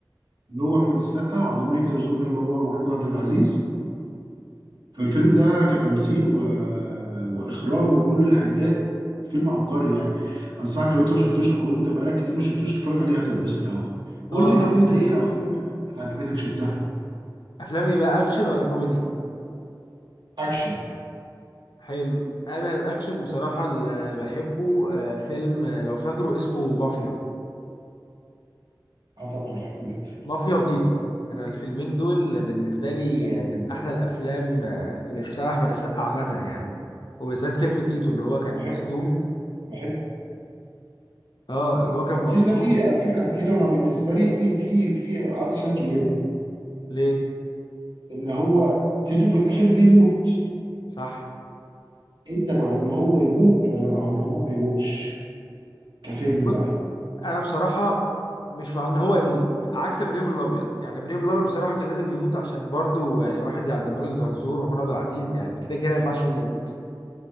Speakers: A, on the right (about 70°); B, on the left (about 70°).
A: اللي هو أحمد السقا وعبد الملك زرزور ده اللي هو محمود عبد العزيز فالفيلم ده كتمثيل و... وإخراج وكل الحاجات فيلم عبقري يعني أنصحك لو أنت ما شفتوش أو أنت بقالك كتير ما شفتوش تتفرج عليه هتتبسط قوي قول
B: اه
A: لي
B: ما
A: طب
B: انا بقول
A: أنت
B: كتير.
A: إيه أفلام كانت عجبتك شفتها؟
B: افلام ايه بقى اكشن ولا كوميدي
A: اكشن
B: حلو انا الاكشن بصراحه اللي بحبه آه، فيلم آه، لو فاكره اسمه مافيا
A: اه طبعا فاكره جدا
B: مافيا وتيتو انا الفيلمين دول بالنسبه لي
A: اه
B: آه، من احلى الافلام آه، اللي اشتغل احمد السقا عامه يعني وبالذات فيلم تيتو اللي هو كان
A: انا بحب
B: مظلوم
A: بحب
B: اه اللي هو كان مظلوم
A: تيتو ده فيه على فكره تيتو انا بالنسبه لي في في عنده سام كبيره
B: ليه
A: اللي هو تيتو في الاخر بيموت
B: صح
A: انت مع ان هو يموت ولا مع ان هو ما يموتش كفيلم
B: بص
A: بقى
B: انا بصراحه مش مع ان هو يموت عكس ابراهيم الابيض يعني ابراهيم الابيض بصراحه كان لازم يموت عشان برضه يعني واحد زي عبد الملك زرزور ومحمود عبد العزيز يعني كده كده ما ينفعش يموت